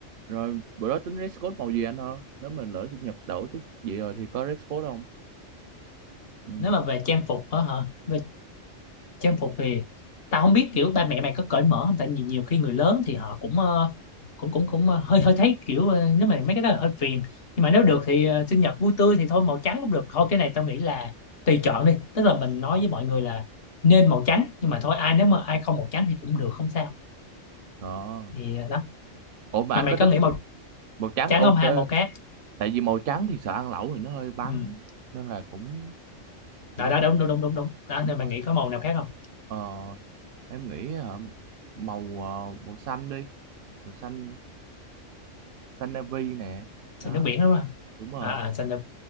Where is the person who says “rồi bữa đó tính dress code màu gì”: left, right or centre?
Right